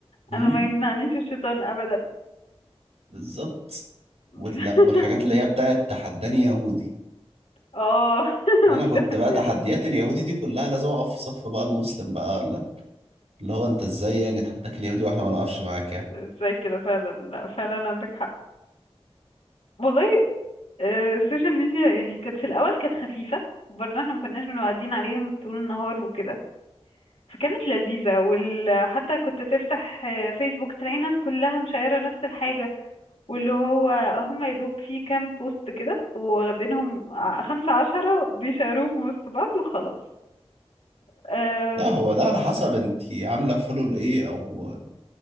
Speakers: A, on the right; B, on the left.
A: امم
B: انا ما يمنعنيش الشيطان ابدا
A: بالظبط
B: <laughs>
A: ولا- والحاجات اللي هي بتاعت تحداني يهودي
B: اه <laughs> وأنت-
A: انا كنت بقى تحديات اليهودي دي كلها لازم اقف في صف بقى المسلم بقى ولا اللي هو انت ازاي يعني تحداك اليهودي واحنا ما نقفش معاك يعني
B: ازاي كده فعلا لا فعلا عندك حق والله آه، السوشيال ميديا يعني كانت في الأول كانت خفيفة برضه احنا ما كناش بنقعدين عليهم طول النهار وكده فكانت لذيذة وال... حتى كنت تفتح آه، فيسبوك تلاقي ناس كلها مشايرة نفس الحاجة واللي هو هم يا دوب في كام بوست كده واخدينهم ع- خمسة عشرة بيشاروهم وسط بعض وخلاص أه...
A: لا هو ده على حسب انت عامله فولو لايه او